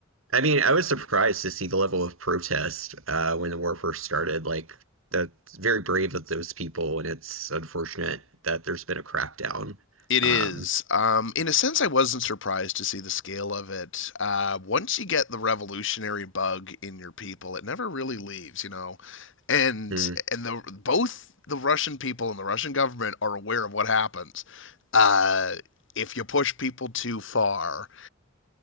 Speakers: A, on the right (about 75°); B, on the left (about 65°).
A: I mean, I was surprised to see the level of protest uh, when the war first started. Like, that's very brave of those people, and it's unfortunate that there's been a crackdown.
B: It
A: Um,
B: is. Um, in a sense, I wasn't surprised to see the scale of it. Uh, once you get the revolutionary bug in your people, it never really leaves, you know. And
A: hmm.
B: and the both the Russian people and the Russian government are aware of what happens. Uh, if you push people too far,